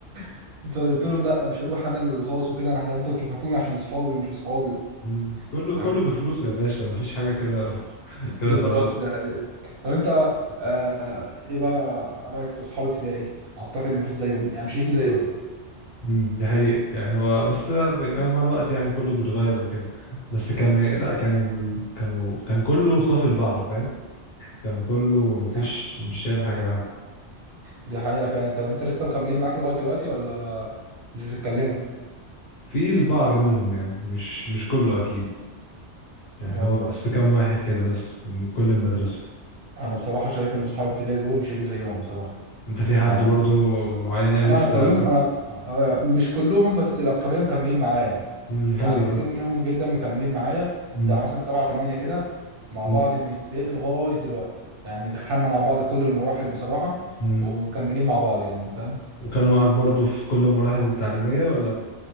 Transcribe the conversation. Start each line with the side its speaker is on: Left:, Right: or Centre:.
Right: <laughs> فقلت لهم لا مش هروح انا الخاص وكده انا هفضل في الحكومي عشان اصحابي ومش اصحابي
Left: مم. كله
Right: فاهم
Left: كله بفلوسه يا باشا مفيش حاجة كده <laughs>
Right: بالظبط
Left: كده خلاص
Right: دي حقيقة طب انت آه ايه بقى رأيك في صحاب ابتدائي؟ اعتقد ما فيش زيهم يعني مش هيجي زيهم
Left: مم. دي حقيقة يعني هو بس يعني مع الوقت يعني كله بيتغير وكده بس كان لا كان ال- كانوا كان كله صافي لبعضه فاهم كان كله مفيش
Right: دي ح-
Left: مش شايل حاجة لحد
Right: دي حقيقة فعلا طب انت لسه مكملين معاك لغاية دلوقتي ولا مش بتتكلموا؟
Left: في البعض منهم يعني مش مش كله أكيد يعني
Right: ايوه
Left: هو بس كام واحد كده بس من كل المدرسة
Right: انا بصراحة شايف ان صحاب ابتدائي دول مش هيجي زيهم بصراحة
Left: انت في حد
Right: يعني
Left: برضو معين يعني
Right: لا
Left: لسه
Right: انا كلهم
Left: كده
Right: انا آه مش كلهم بس الأكترية مكملين معايا يعني
Left: مم،
Right: يعني
Left: حلو
Right: كتير
Left: ده
Right: منهم جدا مكملين معايا
Left: مم،
Right: بتاع مثلا سبعة تمانية كده مع
Left: مم،
Right: بعض من ابتدائي لغاية دلوقتي يعني دخلنا مع بعض كل المراحل بصراحة
Left: مم.
Right: ومكملين مع بعض يعني فاهم
Left: وكانوا معاك برضو في كل المراحل التعليمية ولا